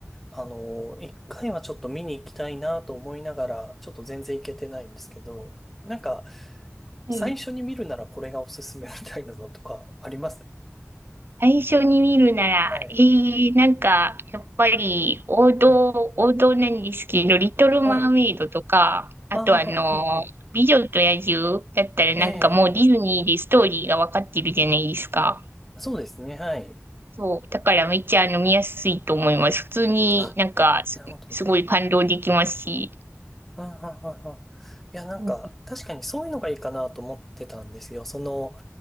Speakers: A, in the centre; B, on the right.
A: あの一回はちょっと見に行きたいなと思いながら、ちょっと全然行けてないんですけど、なんか、最初に見るならこれがおすすめみたいなのとかあります
B: い。最初に見るなら、
A: はい。
B: えー、なんか、やっぱり王道、
A: はい。
B: 王道なんですけど、リトル・
A: はい。
B: マーメイドとか、
A: ああ、
B: あとあの、
A: はい、はい。
B: 美女と野獣だったらなんかもうディズニーでストーリーがわかってるじゃないですか。
A: ええ、そうですね、はい。
B: そう。だからめっちゃ飲みやすいと思います。普通になんかす、
A: あ、なるほどね。
B: すごい感動できますし、
A: うんうんうんうん。いや、なんか、
B: うん
A: 確かにそういうのがいいかなと思ってたんですよ。その、